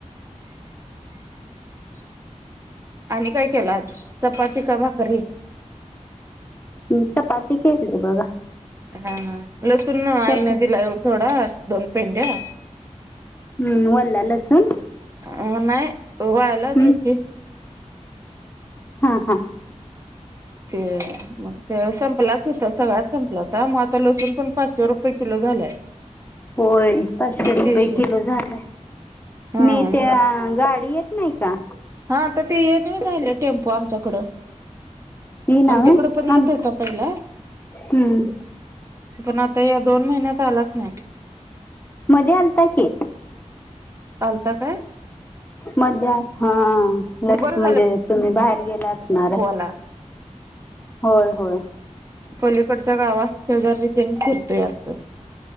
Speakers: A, on the right; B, on the left.
A: आणि काय केलं आज चपाती कि भाकरी?
B: मी चपाती केली बघा.
A: हा लसूण आई
B: चपा
A: नं दिलाय थोडा दोन पेंड्या.
B: हम्म वल्ला लसूण?
A: अं न्हाई व्हायला
B: हम्म.
A: देतील.
B: हा हा.
A: ते मग ते संपलाच होता, सगळ्याच संपला. हा मं आता लसूण पण पाचशे रुपये किलो झालाय.
B: होय पाचशे रुपये
A: देशी
B: किलो झालाय
A: हा
B: मी त्या
A: मग
B: गाडी येत नाही का
A: हा तर ते येन मी राहिलं टेम्पो आमच्याकडं
B: ती नव्हे
A: आमच्याकडें पण येत
B: आम
A: होता पहिला
B: हम्म
A: पण आता या दोन महिन्यात आलाच नाही
B: मध्ये आलता के
A: चालता काय
B: मध हा लक्ष
A: बरं
B: म्हणजे तुम्ही बाहेर गेला असणार
A: हला
B: होय होय
A: पलीकडचा गावा शेजार रती्याने फरतोय असं